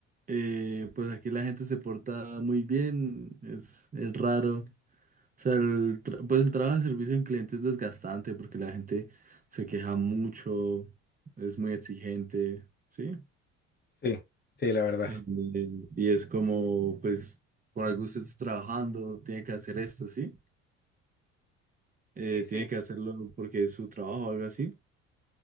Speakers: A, on the right; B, on the left.
A: eh, pues aquí la gente se porta muy bien, es, es raro. O sea, el tra- pues el trabajo de servicio en cliente es desgastante porque la gente se queja mucho, es muy exigente, ¿sí?
B: Sí, sí, la verdad.
A: Eh, y es como, pues, por algo usted está trabajando, tiene que hacer esto, ¿sí? Eh,
B: Sí, sí.
A: tiene que hacerlo porque es su trabajo o algo así.